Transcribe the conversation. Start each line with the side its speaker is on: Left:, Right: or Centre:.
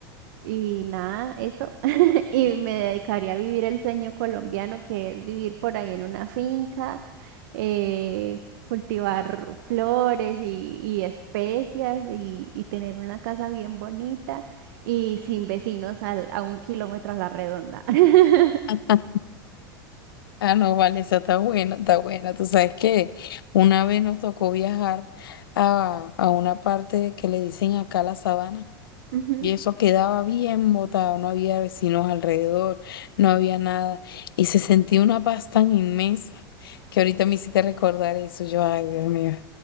Right: y nada, eso. <laughs> Y me dedicaría a vivir el sueño colombiano, que es vivir por ahí en una finca, eh, cultivar flores y, y especias y, y tener una casa bien bonita y sin vecinos al- a un kilómetro a la redonda. <laughs>
Left: <laughs> Ah, no, vale, esa está buena, está buena. Tú sabes que una vez nos tocó viajar a, a una parte que le dicen acá la sabana
Right: Ujú.
Left: Y eso quedaba bien botado, no había vecinos alrededor, no había nada. Y se sentía una paz tan inmensa que ahorita me hiciste recordar eso. Yo, ay, Dios mío,